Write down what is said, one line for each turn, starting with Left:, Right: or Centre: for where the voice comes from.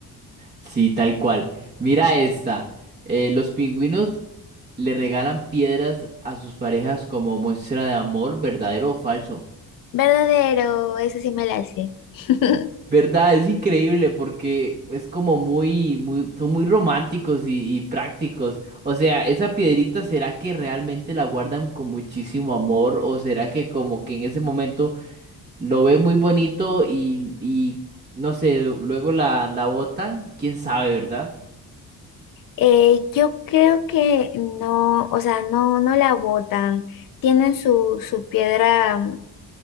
Right: Sí, tal cual. Mira esta. eh, los pingüinos le regalan piedras a sus parejas como muestra de amor, verdadero o falso.
Left: Verdadero, eso sí me la sé. <laughs>
Right: ¿Verdad? Es increíble porque es como muy, muy, son muy románticos y, y prácticos. O sea, esa piedrita, ¿será que realmente la guardan con muchísimo amor? ¿O será que como que en ese momento lo ve muy bonito y, y no sé, luego la, la botan? ¿Quién sabe, verdad?
Left: Eh, yo creo que no, o sea, no, no la botan. Tienen su, su piedra mm,